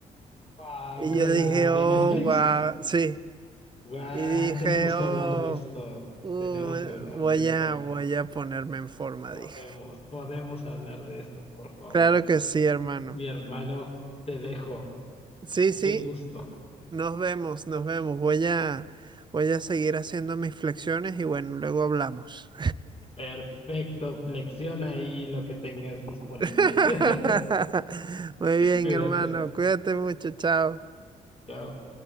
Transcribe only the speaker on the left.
Guau,
¿cuál?
¿La
de Netflix?
Guau,
tenemos
que hablar de esto.
Tenemos que hablar
de esto.
te-
Podemos,
podemos hablar de esto, por favor.
Mi hermano, te dejo.
Qué gusto.
Perfecto. Flexiona ahí lo que tengas disponible.
<laughs>
Cuídate.
Chao.